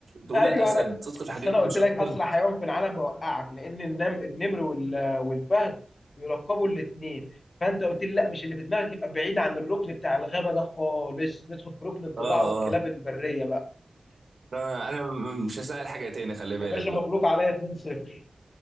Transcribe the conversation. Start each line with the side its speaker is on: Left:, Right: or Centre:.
Right: تقول
Left: ايوه
Right: الأسد
Left: انا
Right: تدخل الحاجات
Left: اصل انا
Right: دي
Left: قلت
Right: مش
Left: لك
Right: هتدخل
Left: اسرع حيوان في العالم بوقعك لان النم النمر وال- والفهد بيلقبوا الاثنين فانت قلت لي لا مش اللي في دماغك يبقى بعيد عن الركن بتاع الغابه ده خالص ندخل في ركن الضباع
Right: آه
Left: والكلاب
Right: آه
Left: البريه بقى
Right: أنا أنا مش هسأل حاجة تاني خلي
Left: يا
Right: بالك
Left: باشا
Right: بقى
Left: مبروك عليا 2-0